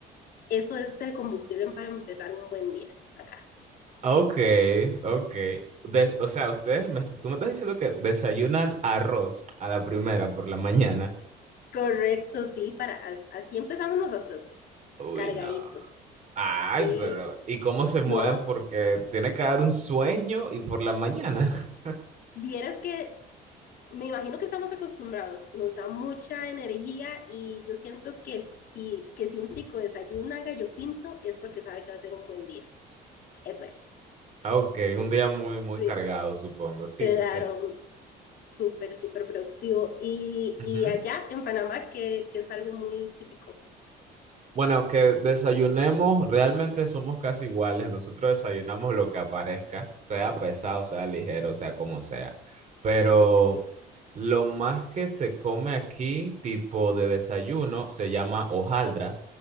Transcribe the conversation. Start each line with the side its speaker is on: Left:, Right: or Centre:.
Left: eso es el combustible para empezar un buen día acá.
Right: Ok, ok. De- o sea, ustedes, me, tú me estás diciendo que desayunan arroz a la primera por la mañana.
Left: Correcto, sí, para, as- así empezamos nosotros,
Right: Uy,
Left: cargaditos.
Right: no. Ay,
Left: Sí,
Right: pero ¿y cómo se mueven?
Left: no,
Right: Porque tiene que dar un sueño y por la mañana. <laughs>
Left: vieras que me imagino que estamos acostumbrados, nos da mucha energía y yo siento que si, que si un tico desayuna gallo pinto es porque sabe que va a ser un buen día. Eso es.
Right: Ah, Ok, un día muy, muy
Left: Sí.
Right: cargado, supongo. Sí,
Left: Claro,
Right: tiene.
Left: súper, súper productivo. Y,
Right: Ujú.
Left: y allá en Panamá, que, que es algo muy típico.
Right: Bueno, que desayunemos, realmente somos casi iguales. Nosotros desayunamos lo que aparezca, sea pesado, sea ligero, sea como sea. Pero
Left: Ok.
Right: lo más que se come aquí, tipo de desayuno, se llama hojaldra,